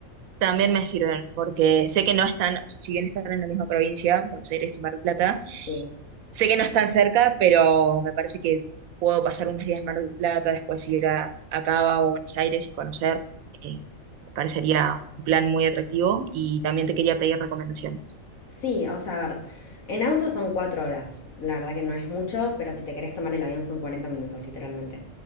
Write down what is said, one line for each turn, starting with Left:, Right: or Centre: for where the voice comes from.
Right: también me sirven, porque sé que no están, o sea, si bien están en la misma provincia, Buenos Aires y Mar del Plata,
Left: Sí.
Right: sé que no están cerca, pero me parece que puedo pasar unos días en Mar del Plata, después ir a, a Cava o Buenos Aires y conocer. eh, me parecería un plan muy atractivo y también te quería pedir recomendaciones.
Left: Sí, o sea, a ver, en auto son cuatro horas, la verdad que no es mucho, pero si te querés tomar el avión son 40 minutos, literalmente,